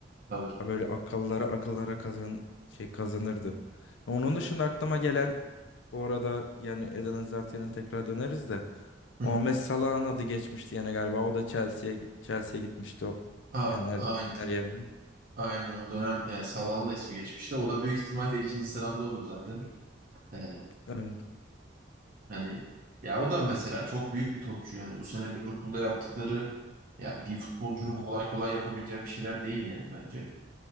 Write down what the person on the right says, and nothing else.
tabii.
Hı
hı.
A-
aynen,
aynen o dönem ya Salah'ın da ismi geçmişti. O da büyük ihtimalle ikinci sıramda olur zaten. Ee,
hani ya o da mesela çok büyük bir topçu yani. Bu sene Liverpool'da yaptıkları ya bir futbolcunun
kolay kolay yapabileceği bir şeyler değil yani bence.